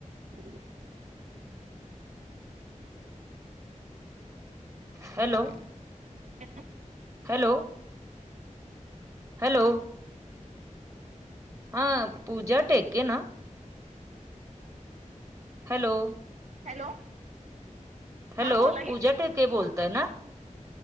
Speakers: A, on the right; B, on the right.
A: <inaudible>
B: Hello
A: <unintelligible>
B: hello hello हा पूजा टेके ना. Hello
A: hello.
B: हॅलो
A: हा बोला की
B: पूजा ठेके बोलताय ना?